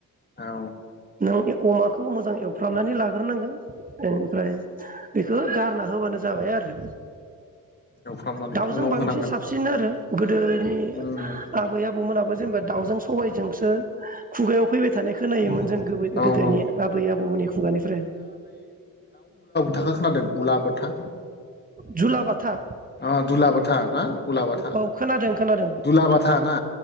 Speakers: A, on the left; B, on the right.
A: औ
B: नों अमाखौ मोजां एवफ्रामनानै ला ग्रोनांगोन ओमफ्राय। बेखो गा रना होबानो जाबाय आरो।
A: एवफ्रामनानै
B: दाउजों
A: उनाव
B: बांसिन
A: होनांगोन
B: साबसिन आरो गोदोनि
A: उम
B: आबै आबौमोनाबो जेनेबा दाउजों सबायजोंसो खुगायाव फैबाय थानाय खोनायोमोन
A: उम
B: जों
A: औ
B: गोदोनि
A: औ
B: आबै आबौमोननि खुगानिफ्राय।
A: थाखा खोनादों उला बाथा?
B: झुला बाथा?
A: अ दुलाबाथा ना उलाबाथा
B: औ खोनादों खोनादों
A: दुलाबाथा ना